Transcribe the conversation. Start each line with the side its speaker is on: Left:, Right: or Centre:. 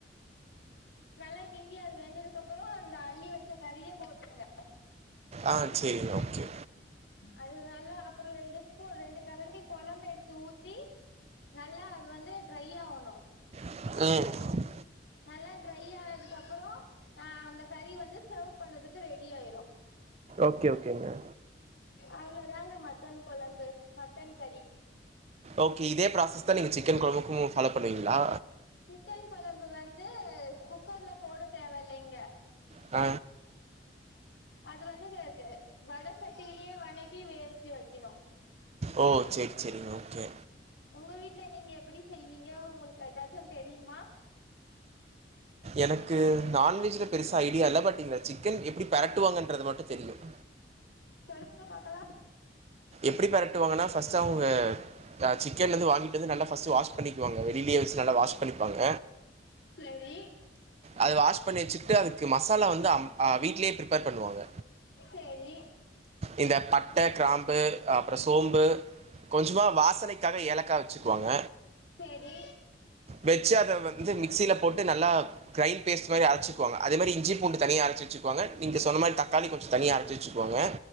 Left: நல்லா கிண்டி அது வெந்ததுக்கு அப்றோ அந்த அள்ளி வச்ச கறிய போட்ருங்க
Right: ஆ செரிங்கோ கே
Left: அது நல்லா அப்றோ ரெண்டு ஸ்பூன் ரெண்டு கரண்டி குழம்பு எடுத்து ஊத்தி நல்லா அது வந்து ட்ரை ஆகணும்
Right: ம்
Left: நல்லா ட்ரை ஆனதுக்கு அப்றோ அ அந்த கறி வந்து சேர்வ் பண்ணதுக்கு ரெடி ஆயிரும்
Right: ஓகே ஓகேங்க
Left: அவ்ளோதாங்க மட்டன் குழம்பு மட்டன் கறி
Right: ஓகே இதே ப்ராசஸ் தா நீங்க சிக்கன் குழம்புக்கும் ஃபாலோ பண்ணுவீங்களா
Left: சிக்கன் கொழம்பு வந்து குக்கர்ல போட தேவ இல்லங்க
Right: ஆ
Left: அது வந்து க்கு வட சட்டிலயே வணக்கி வேக வைக்கணும்
Right: ஓ செரி செரிங்க ஓகே
Left: உங்க வீட்ல நீங்க எப்டி செய்வீங்கோ உங்களுக்கு ஏதாச்சும் தெரியுமா
Right: எனக்கு நான்வெஜ்ல பெருசா ஐடியா இல்ல பட் ங்க சிக்கன் எப்டி பிரட்டுவாங்கன்றது மட்டும் தெரியும்
Left: சொல்லுங்க பாக்கலா
Right: எப்டி பெரட்டுவாங்கன்னா ஃபஸ்ட் அவுங்க சிக்கன் வந்து வாங்கிட்டு வந்து நல்லா வாஷ் பண்ணிக்குவாங்க வெளிலயே வச்சு நல்லா வாஷ் பண்ணிப்பாங்க
Left: செரி
Right: அது வாஷ் பண்ணி வச்சுட்டு அதுக்கு மசாலா வந்து அம் வீட்லயே பிரிபர் பண்ணுவாங்க
Left: செரி
Right: இந்த பட்டை கிராம்பு அப்ரோ சோம்பு கொஞ்சமா வாசனைக்காக ஏலக்கா வச்சுக்குவாங்க
Left: ரி
Right: வெச்சு அத வந்து மிக்சியில போட்டு நல்லா கிரைண்ட் பேஸ்ட் மாரி அரைச்சுக்குவாங்க அதே மாரி இஞ்சி பூண்டு தனிய அரைச்சி வச்சுக்குவங்க நீங்க சொன்ன மாரி தக்காளி கொஞ்சம் தனிய அரைச்சி வச்சுக்கு வாங்க